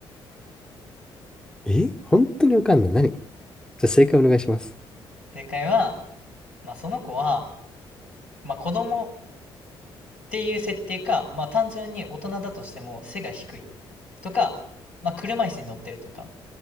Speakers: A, in the centre; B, on the left (about 75°).
A: え本当にわかんない。何じゃあ正解お願いします。
B: 正解は、まあその子は、まあ子供っていう設定か、まあ単純に大人だとしても背が低い。とか、まあ、車椅子に乗ってるとか、